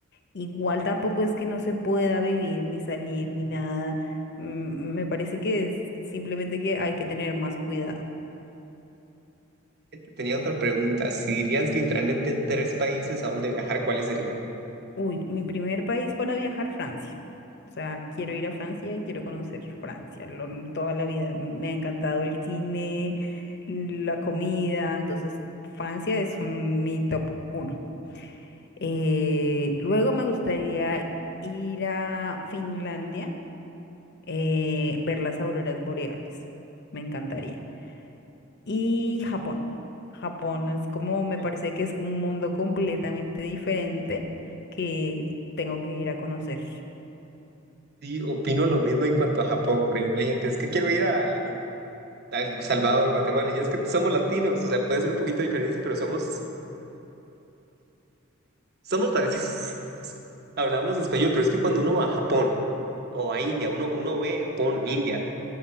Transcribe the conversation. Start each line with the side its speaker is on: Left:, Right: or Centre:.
Left: Igual tampoco es que no se pueda vivir ni salir ni nada. Mm, Me parece que es simplemente que hay que tener más cuidado.
Right: Tenía otra pregunta. Si dirías literalmente tres países a donde viajar, ¿cuáles serían?
Left: Uy, mi primer país para viajar, Francia. O sea, quiero ir a Francia y quiero conocer Francia lo- toda la vida. Me ha encantado el cine, la comida, entonces Francia es un, mi top uno. Eh, luego me gustaría ir a Finlandia, eh, ver las auroras boreales. Me encantaría. Y Japón. Japón es como, me parece
Right: O-
Left: que es un mundo completamente diferente que tengo que ir a conocer.
Right: Sí, opino lo mismo en cuanto a Japón. Por ejemplo, hay gente, es que quiero ir a, la- a El Salvador, Guatemala. Y yo es que somos latinos, o sea, puede ser un poquito de diferencia, pero somos, somos parecidos. <laughs> Hablamos español, pero es que cuando uno va a Japón o a India, uno, uno ve Japón, India,